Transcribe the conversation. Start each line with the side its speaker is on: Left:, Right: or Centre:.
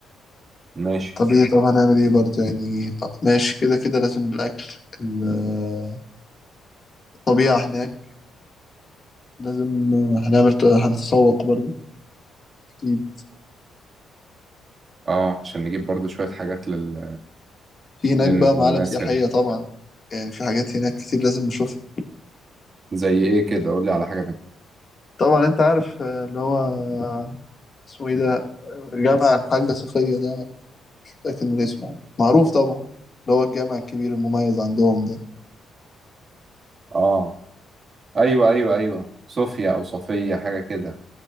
Right: ماشي
Left: طب ايه طب هنعمل ايه برضه يعني طب ماشي كده كده لازم الاكل ال- الطبيعة هناك لازم هنعمل هنتسوق برضه اكيد
Right: اه عشان نجيب برضه شوية حاجات لل...
Left: في هناك
Right: لل...
Left: بقى معالم
Right: للناس
Left: سياحية
Right: هنا
Left: طبعا يعني في حاجات هناك كتير لازم نشوفها
Right: زي إيه كده قول لي على حاجة منها
Left: طبعا انت عارف آه، اللي هو آه، اسمه ايه ده جامع الحاجة صفية ده مش متأكد من اسمه معروف طبعا اللي هو الجامع الكبير المميز عندهم ده
Right: اه أيوه أيوه أيوه صوفيا أو صفية حاجة كده